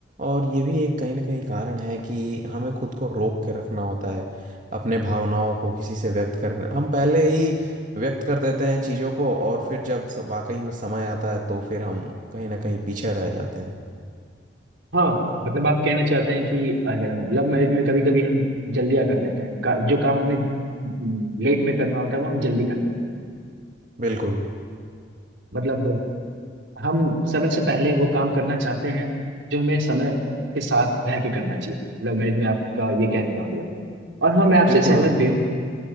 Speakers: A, on the right; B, on the right.
A: और ये भी एक कहीं ना कहीं कारण है कि हमें खुद को रोक के रखना होता है अपने भावनाओं को किसी से व्यक्त करना हम पहले ही व्यक्त कर देते हैं चीज़ों को और फिर जब स- वाकई में समय आता है तो फिर हम कहीं ना कहीं पीछे रह जाते हैं
B: हाँ मतलब आप कहना चाहते हैं कि लव मैरिज में कभी कभी हम जल्दियाँ कर देते हैं का, जो काम हमें लेट में करना होता है वो हम जल्दी कर देते हैं
A: बिल्कुल
B: मतलब हम समय से पहले वो काम करना चाहते हैं जो हमें समय के साथ रह के करना चाहिए लव मैरिज में आपका ये कहने का मतलब है और हाँ मैं आपसे
A: बिल्कुल
B: सहमत भी हूँ